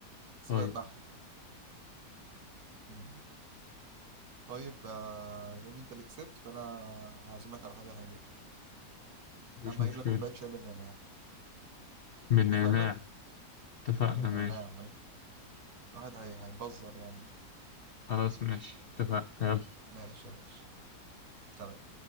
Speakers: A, on the right; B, on the left.
A: اسئلة
B: طيب
A: تضحك يعني. طيب آه، لان انت اللي كسبت فانا هعزمك على حاجه حلوه
B: مفيش
A: يا عم
B: مشكلة
A: هجيب لك كوبايه شاي بالنعناع
B: بالنعناع
A: اتفقنا
B: اتفقنا
A: بالنعناع
B: ماشي
A: الواحد هي- هيبزر يعني
B: خلاص ماشي اتفقنا يلا
A: ماشي يا باشا سلام.